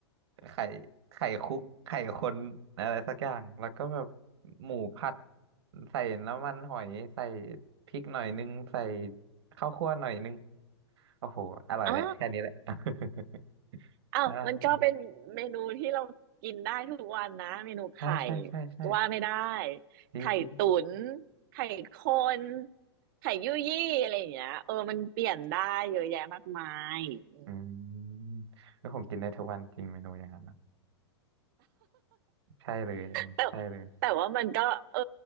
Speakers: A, on the right; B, on the right.
A: ไข่ไข่คุกไข่คนอะไรสักอย่างแล้วก็แบบหมูผัดใส่น้ำมันหอยใส่พริกหน่อยนึงใส่ข้าวคั่วหน่อยนึงโอ้โหอร่อยแหละแค่นี้แหละ
B: ๆอ่า
A: <laughs>
B: อ้าวมันก็เป็นเมนูที่เรากินได้ทุกวันนะ
A: อ่า
B: เมนูไข่
A: ใช่ใช่ใช่ใช่
B: ว่าไม่ได้
A: จริงจริง
B: ไข่ตุ๋นไข่คนไข่ยุ่ยยี่อะไรอย่างเงี้ยเออมันเปลี่ยนได้เยอะแยะมากมายอืม
A: อืมแล้วผมกินได้ทุกวันจริงเมนูอย่างนั้นนะใช่เลย
B: แต่
A: ใช่เลย
B: แต่ว่ามันก็เออ